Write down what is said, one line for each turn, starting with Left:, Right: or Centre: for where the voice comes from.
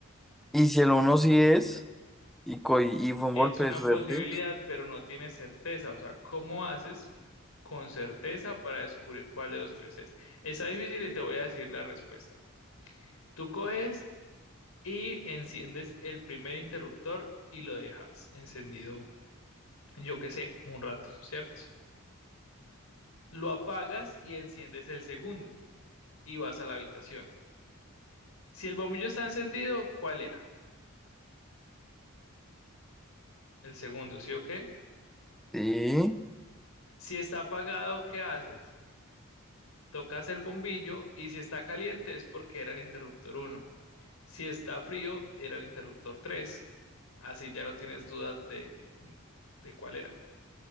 Centre: Y si el uno sí es, y, co- y fue un
Left: Es
Centre: golpe
Left: una
Centre: de suerte.
Left: posibilidad, pero no tienes certeza. O sea, ¿cómo haces con certeza para descubrir cuál de los tres es? Está difícil y te voy a decir la respuesta. Tú coges y enciendes el primer interruptor y lo dejas encendido, yo qué sé, un rato, ¿cierto? Lo apagas y enciendes el segundo y vas a la habitación. Si el bombillo está encendido, ¿cuál era? El segundo, ¿sí o qué?
Centre: Sí.
Left: Si está apagado, ¿qué haces? Tocas el bombillo y si está caliente es porque era el interruptor uno. Si está frío, era el interruptor 3. Así ya no tienes dudas de, de cuál era.